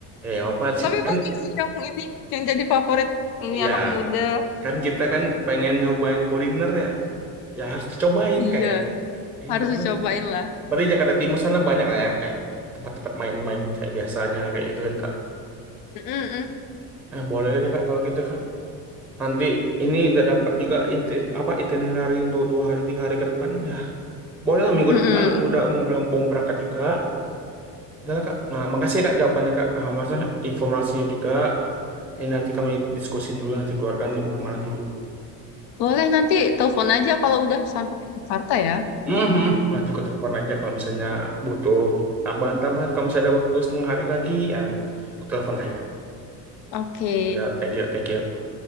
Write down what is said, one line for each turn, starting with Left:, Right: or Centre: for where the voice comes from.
Centre: eh apa sih
Left: Tapi
Centre: kan
Left: banyak sih yang ini yang jadi favorit ini
Centre: ya
Left: anak muda.
Centre: kan kita kan pengen nyobain kuliner ya ya harus dicobain
Left: Iya,
Centre: kayak eh
Left: harus
Centre: boleh
Left: dicobain lah.
Centre: berarti Jakarta Timur sana banyak lah ya kayak tempat-tempat main-main kayak biasanya kayak gitu kan kak
Left: Mm-mm.
Centre: eh boleh deh kak kalau gitu kak nanti ini udah dapat juga iti- apa itinerary untuk dua hari tiga hari ke depan ya. Boleh lah minggu
Left: Mm-mm.
Centre: depan udah mau, mau berangkat juga. Udah lah, Kak. Nah, makasih ya, Kak jawabannya Kak. Ah, maksudnya informasinya juga. Ini nanti kami diskusin dulu nanti keluarga nanti mau kemana dulu.
Left: Boleh nanti telepon aja kalau udah sampai ke Jakarta ya.
Centre: Mhm. Nanti aku telepon aja kalau misalnya butuh tambahan-tambahan. Kalau misalnya ada waktu setengah hari lagi, ya aku telepon lah.
Left: Oke.
Centre: Ya, thank you, thank you.